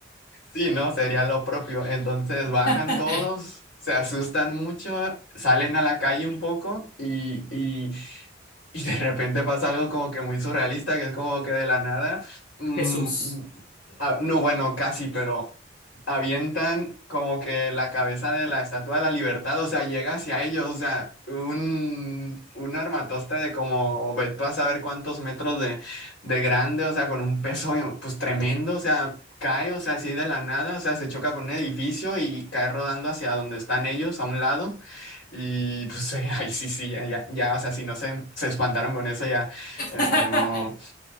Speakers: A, on the left; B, on the left.
A: Sí, ¿no? Sería lo propio. Entonces bajan
B: <laughs>
A: todos, se asustan mucho, salen a la calle un poco y, y y de repente pasa algo como que muy surrealista, que es como que de la nada. mm,
B: Jesús.
A: ah, no, bueno, casi, pero avientan como que la cabeza de la Estatua de la Libertad, o sea, llega hacia ellos, o sea, un, un armatoste de como, ve tú a saber cuántos metros de, de grande, o sea, con un peso pues tremendo, o sea, cae, o sea, así de la nada, o sea, se choca con un edificio y cae rodando hacia donde están ellos, a un lado. Y pues <laughs> ahí ahí sí, sí, ya, ya, ya, o sea, si no se, se espantaron con eso, ya,
B: <laughs>
A: este, no,